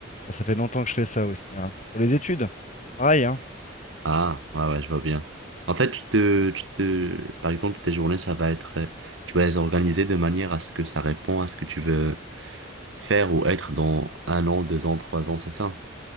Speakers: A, on the left (about 40°); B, on the right (about 70°).
A: Ah, ça fait longtemps que je fais ça aussi. hein. Pour les études, pareil, hein.
B: Ah, ouais, ouais, je vois bien. En fait, tu te, tu te... Par exemple, tes journées, ça va être... euh, Tu vas les organiser de manière à ce que ça répond à ce que tu veux faire ou être dans un an, deux ans, trois ans, c'est ça?